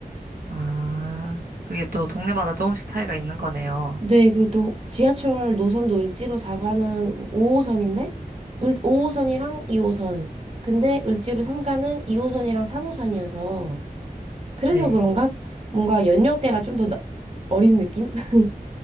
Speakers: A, on the right (about 70°); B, on the right (about 40°).
A: 아, 그게 또 동네마다 조금씩 차이가 있는 거네요.
B: 네, 그리고 또 지하철 노선도 을지로 4가는 5호선인데 5호선이랑 2호선. 근데 을지로 3가는 2호선이랑 3호선이어서 그래서
A: 네,
B: 그런가 뭔가 연령대가 좀 더 어린 느낌? <laughs>